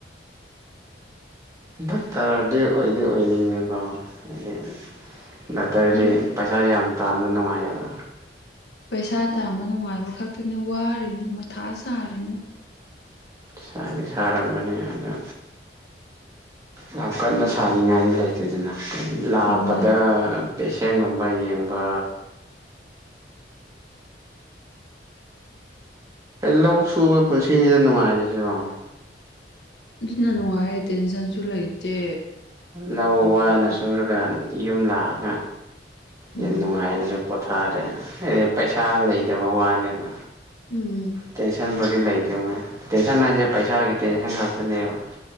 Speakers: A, on the right; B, on the left.
A: ꯗꯥꯛꯇꯔꯗꯤ ꯑꯣꯏꯗꯤ ꯑꯣꯏꯅꯤꯡꯉꯦꯀꯣ ꯍꯥꯏꯗꯤ ꯗꯥꯛꯇꯔꯗꯤ
B: ꯑꯗꯨ
A: ꯄꯩꯁꯥꯥ ꯌꯥꯝ ꯇꯥꯟꯕ ꯅꯨꯡꯉꯥꯏꯌꯦꯕ
B: ꯄꯩꯁꯥ ꯇꯥꯟꯕ ꯅꯨꯡꯉꯥꯏꯕ ꯈꯛꯇꯅꯦ ꯋꯥꯔꯤꯅ ꯃꯊꯥ ꯁꯥꯔꯤꯅꯦ
A: ꯁꯥꯗꯤ ꯁꯥꯔꯝꯒꯅꯤ ꯑꯗꯣ ꯌꯥꯝ ꯀꯟꯅ ꯁꯥꯅꯤꯡꯉꯥꯏꯗꯤ ꯂꯩꯇꯦꯗꯅ ꯂꯥꯛꯄꯗ
B: ꯃꯣꯏ
A: ꯄꯦꯁꯦꯟꯒꯨꯝꯕ ꯌꯦꯡꯕ ꯂꯧ ꯁꯨꯕ ꯄꯨꯟꯁꯤꯅꯤꯗ ꯅꯨꯡꯉꯥꯏꯔꯤꯁꯤꯉꯣ
B: ꯑꯗꯨꯅ ꯅꯨꯡꯉꯥꯏꯌꯦ ꯇꯦꯟꯁꯟꯁꯨ ꯂꯩꯇꯦ
A: ꯂꯧ
B: ꯗꯣꯛꯇꯔ
A: ꯋꯥꯅ ꯁꯨꯔꯒ ꯌꯨꯝ ꯂꯥꯛꯑꯒ
B: ꯎꯝ
A: ꯌꯥꯝ ꯅꯨꯡꯉꯥꯏꯅꯁꯨ ꯄꯣꯠ ꯊꯥꯔꯦ ꯍꯥꯏꯗꯤ ꯄꯩꯁꯥ ꯂꯩꯗꯕꯩ ꯋꯥꯅꯦꯕ
B: ꯎꯝ
A: ꯇꯦꯟꯁꯟ ꯄꯨꯗꯤ ꯁꯤ ꯂꯩꯇꯦ ꯃꯣꯏꯅ ꯇꯦꯟꯁꯟ ꯍꯥꯏꯁꯦ ꯄꯩꯁꯥꯒꯤ ꯇꯦꯟꯁꯟ ꯈꯛꯇꯅꯦꯕ